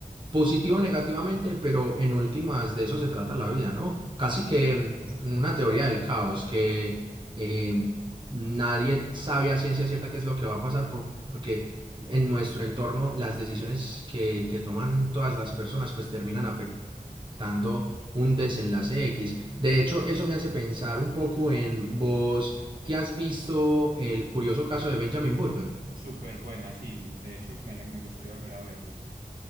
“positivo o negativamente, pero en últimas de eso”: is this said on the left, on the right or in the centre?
Right